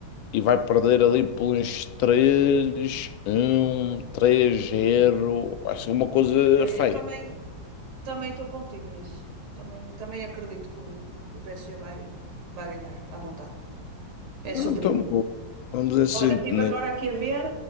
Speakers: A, on the left; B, on the right.
A: e vai perder
B: sim.
A: ali por uns 3-1, 3-0.
B: Bom.
A: Vai ser uma coisa
B: É,
A: feia.
B: eu também também estou contigo nisso. Também, também acredito que o, que o PSG vai, vai ganhar à vontade. É superior.
A: Ah, Então, bom, vamos assim,
B: Olha, estive
A: né?
B: agora aqui a ver.